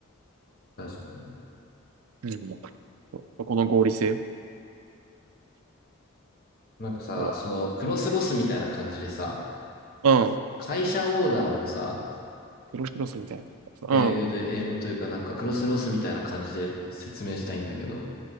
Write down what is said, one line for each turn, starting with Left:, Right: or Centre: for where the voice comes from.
Left: 確かにね。
Right: うん、そうこの合理性。
Left: なんかさ、
Right: そ
Left: その、クロスロスみたいな感じでさ、
Right: ううん。
Left: 会社横断をさ、
Right: クロスクロスみたいな。
Left: 英語で、
Right: うん。
Left: 英語というかなんかクロスロスみたいな感じで説明したいんだけど、